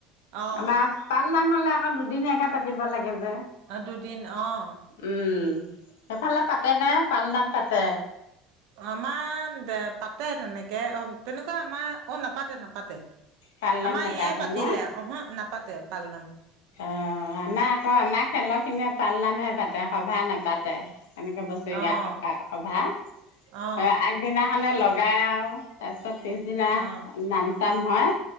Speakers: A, on the right; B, on the left.
A: অ'
B: আমাৰ পা পাল নাম হ'লে আকৌ দুদিনীয়াকে পাব লাগে। গে যে,
A: দুদিন অ'
B: উম, সেইফালে পা পাতে নে, পাল নাম পাতে।
A: আমাৰ দে পাতে তেনেকে অ। তেনেকুৱা আমাৰ অ নাপাতে নাপা পাতে
B: পালনাম
A: আমাৰ
B: নাপাতে
A: এয়াই পাতিলে।
B: ন
A: ওহোঁ, না পাতে, পালনাম।
B: অ', আমাৰ আকৌ আমাৰ খেলৰখিনিয়ে পালনামহে পাতে, সভা নাপাতে। যেনেকে বছৰেকীয়া
A: অ'
B: সকা, সভা।
A: অ'
B: এ, আগদিনা মানে লগাই, আৰু তাৰপিছত পিছ দিনা
A: অ'
B: নাম টান হয়।